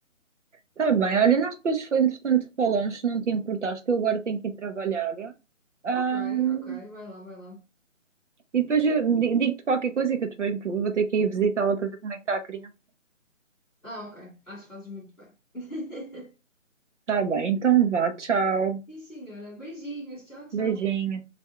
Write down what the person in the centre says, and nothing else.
Ok, ok, vai lá, vai lá.
Ah, ok, acho que fazes muito bem. <laughs>
Sim, senhora. Beijinhos, tchau, tchau.